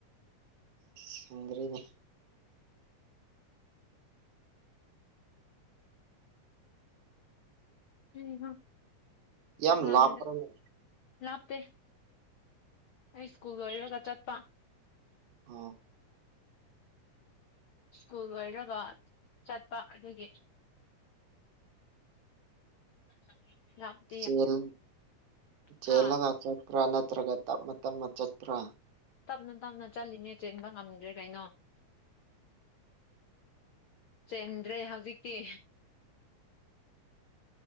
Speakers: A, on the right; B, on the left.
A: ꯁꯪꯗ꯭ꯔꯦꯅꯦ
B: ꯀꯔꯤꯅꯣ
A: ꯌꯥꯝ
B: ꯆꯥꯛ ꯂꯥꯝꯃꯤꯗ
A: ꯂꯥꯞꯄ꯭ꯔꯅꯦ
B: ꯂꯥꯞꯇꯦ ꯑꯩ ꯁ꯭ꯀꯨꯜ ꯂꯣꯏꯔꯒ ꯆꯠꯄ
A: ꯑꯣ
B: ꯁ꯭ꯀꯨꯜ ꯂꯣꯏꯔꯒ ꯆꯠꯄ ꯑꯗꯨꯒꯤ <unintelligible>
A: ꯆꯦꯜ ꯆꯦꯜꯂꯒ
B: ꯍꯥ
A: ꯆꯠꯄ꯭ꯔꯥ ꯅꯠꯇ꯭ꯔꯒ ꯇꯞꯅ ꯇꯞꯅ ꯆꯠꯄ꯭ꯔꯥ
B: ꯇꯞꯅ ꯇꯞꯅ ꯆꯠꯂꯤꯅꯦ ꯆꯦꯟꯕ ꯉꯝꯗ꯭ꯔꯦ ꯀꯩꯅꯣ ꯆꯦꯟꯗ꯭ꯔꯦ ꯍꯧꯖꯤꯛꯇꯤ